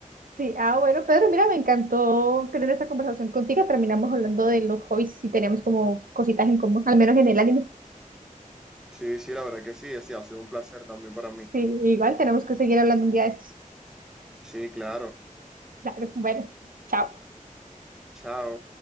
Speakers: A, on the right; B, in the centre.
A: Sí, ah, bueno, Pedro, mira, me encantó tener esa conversación contigo. Terminamos hablando de los hobbies y teníamos como cositas en común, al menos en el anime.
B: Sí, sí, la verdad que sí, sí, ha sido un placer también para mí.
A: Sí, igual tenemos que seguir hablando un día de estos.
B: Sí, claro.
A: Claro, bueno, chao.
B: Chao.